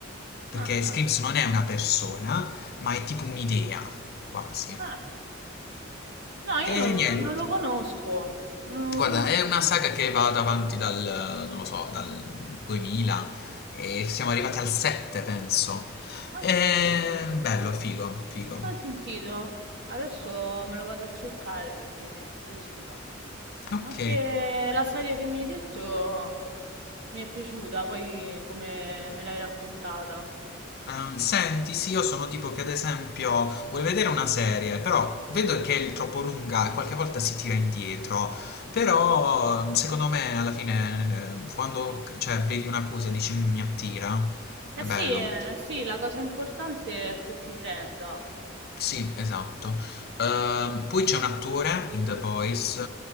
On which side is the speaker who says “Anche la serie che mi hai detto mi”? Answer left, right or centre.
Right